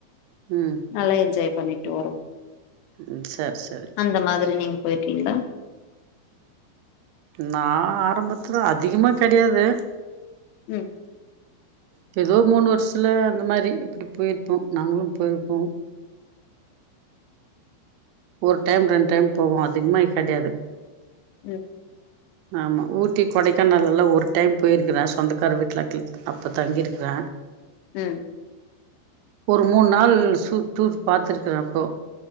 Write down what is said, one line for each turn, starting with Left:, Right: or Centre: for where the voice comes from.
Right: ம்
Left: நல்லா என்ஜாய் பண்ணிட்டு வருவோ
Right: ம் சரி சரி
Left: அந்த மாதிரி நீங்க போயிருக்கீங்களா
Right: நான் ஆரம்பத்தில அதிகமாக கெடையாது
Left: ம்
Right: இப்ப ஏதோ மூணு வருஷத்துல அந்த மாதிரி இப்டி போயிருப்போம் நாங்களு போயிருப்போம் ஒரு டைம் ரெண்டு டைம் போவோ அதிகமா கெடையாது
Left: ம்
Right: ஆமா ஊட்டி கொடைக்கானல் எல்லா ஒரு டைம் போயிருக்கறே சொந்தக்கார வீட்டுல கில் அப்ப தங்கியிருக்கற
Left: ம்
Right: ஒரு மூணு நாள் சூ டூர் பாத்துருக்குற அப்போ